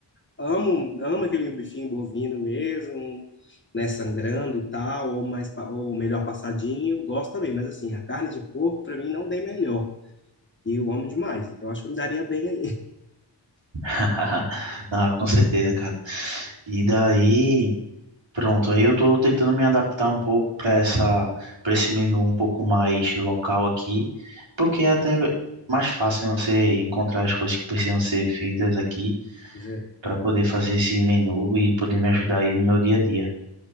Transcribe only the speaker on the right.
<laughs> Ah, com certeza, cara. E daí, pronto, aí eu tô tentando me adaptar um pouco para essa, para esse menu um pouco mais local aqui, porque é até mais fácil né, você encontrar as coisas que precisam ser feitas aqui
para poder fazer esse menu e poder me ajudar aí no meu dia a dia.